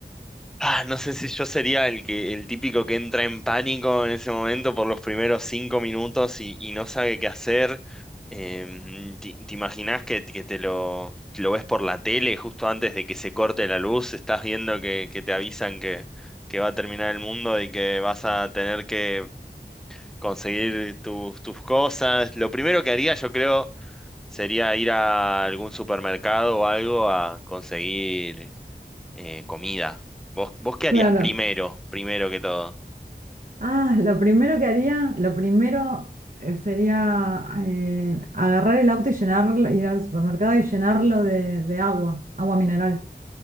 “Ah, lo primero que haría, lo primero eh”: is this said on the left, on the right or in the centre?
Right